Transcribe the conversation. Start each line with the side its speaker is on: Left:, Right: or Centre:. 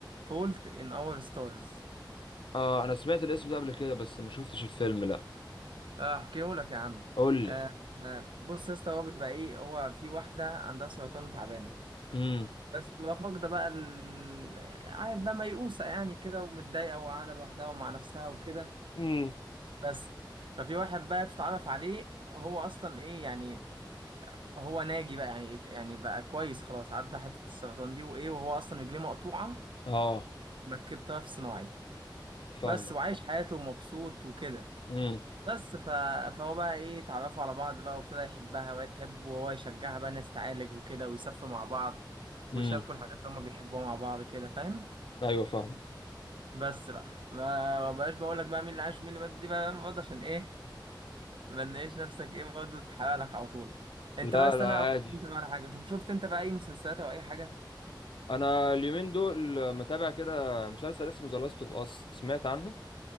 Right: فولت إن أور ستارز
Left: اه انا سمعت الاسم ده قبل كده بس ما شفتش الفيلم لا
Right: آه، أحكيه لك يا عم
Left: قول لي
Right: آه آه، بص يا اسطى هو بيبقى إيه هو في واحدة عندها سرطان تعبانة
Left: امم
Right: بس بتبقى فاقدة بقى ال... عارف بقى ميؤوسة يعني كده ومتضايقة وقاعدة لوحدها ومع نفسها وكده
Left: امم
Right: بس ففي واحد بقى بتتعرف عليه هو اصلا ايه يعني هو ناجي بقى يعني يعني بقى كويس خلاص عدى حته السرطان دي وايه وهو اصلا رجليه مقطوعه
Left: اه
Right: مركب طرف صناعي
Left: فاهمك
Right: بس وعايش حياته ومبسوط وكده
Left: امم
Right: بس ف... فهو بقى ايه اتعرفوا على بعض بقى وابتدى يحبها وهي تحبه وهو يشجعها بقى انها تتعالج وكده ويسافروا مع بعض
Left: امم
Right: ويشاركوا الحاجات اللي هما بيحبوها مع بعض كده فاهم
Left: ايوه فاهم
Right: بس بقى ما ما بقاش بقول لك بقى مين اللي عاش ومين اللي مات دي بقى برضه عشان ايه ما نلاقيش نفسك ايه برضه تحرق لك على طول انت
Left: لا
Right: بس
Left: لا
Right: انا
Left: عادي
Right: اقول انت بقى على حاجه شوف شفت انت بقى اي مسلسلات او اي حاجه
Left: انا اليومين دول متابع كده مسلسل اسمه ذا لاست اوف اس سمعت عنه